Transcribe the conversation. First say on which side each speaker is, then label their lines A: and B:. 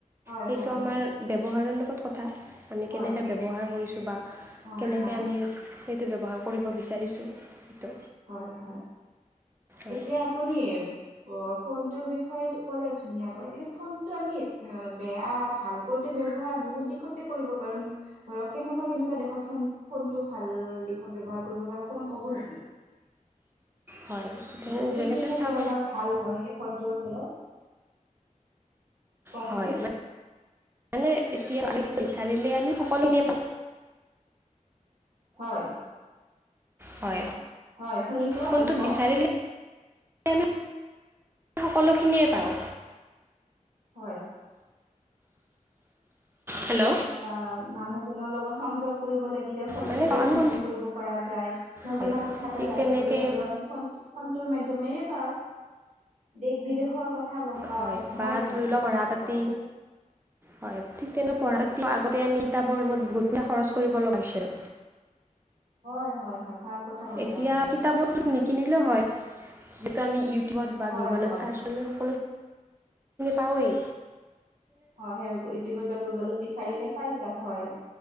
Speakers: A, on the right; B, on the right.
A: হয়
B: সেইটো
A: হয়
B: আমাৰ
A: হয়
B: ব্যৱহাৰৰ লগত কথা। আমি
A: হয়
B: কেনেকৈ
A: হয়
B: ব্যৱহাৰ কৰিছোঁ বা
A: হয়
B: কেনেকৈ
A: হয়
B: আমি সেইটো ব্যৱহাৰ কৰিব বিচাৰিছোঁ সেইটো
A: হয় হয়।
B: হয়
A: এতিয়া আপুনি অ ফোনটোৰ বিষয়ে ক'লে ধুনীয়াকৈ এতিয়া ফোনটো আমি অ বেয়া ভালকৈ ব্যৱহাৰ বহুত দিশতে কৰিব পাৰো ধৰক কেনেকুৱা কেনেকুৱা দেশত ফোন ফোনটো ভাল দিশত ব্যৱহাৰ কৰিব পাৰো অকমান ক'ব নেকি?
B: হয় এতিয়া
A: মানে কি
B: যেনেকৈ
A: কি ক্ষেত্ৰত
B: চাওঁ
A: আমাৰ ভাল হয় সেই ফনটোৰ ফলত? কওকচোন?
B: হয় ম মানে এতিয়া বিচাৰিলে আমি সকলো নেপ
A: হয়।
B: হয়।
A: হয় শুনিছো
B: ফোনটোত
A: আপুনি কওক।
B: বিচাৰিলে আমি সকলোখিনিয়ে পাওঁ।
A: হয়।
B: হেল্ল'
A: বা মানুহজনৰ লগত সংযোগ কৰিব লা গিলে ফোনটোৱেদি
B: মানে আমি
A: সংযোগ
B: ফোন
A: কৰিব পৰা যায় নজনা
B: হয়
A: কথা এটা
B: ঠিক
A: জানিবলৈ
B: তেনেকৈ
A: হ'লেও আমি ফ ফনটোৰ মা ধ্যমেৰে পাৰ দেশ বিদেশৰ কথা গম পাও
B: হয়
A: নহয়
B: বা
A: জানো?
B: ধৰি লওক কঢ়া পাতি
A: হয়।
B: হয় ঠিক তেনে পঢ়ত আমি কিতাপৰ বহুত টকা খৰচ কৰিব লগা হৈছিল।
A: হয় হয় হয়। ভাল কথা কৈছে
B: এতিয়া
A: আপুনি এইটো।
B: কিতাপৰ নিকিনিলেও হয়। যিটো আমি ইউটিউবত বা
A: হয়,
B: গুগলত
A: হয়,
B: ছাৰ্চ কৰিলে সকলো পাৱেই।
A: হয় সেই ইউটিউবত বা গুগলত বিচাৰিলে পাই যোৱা হয়।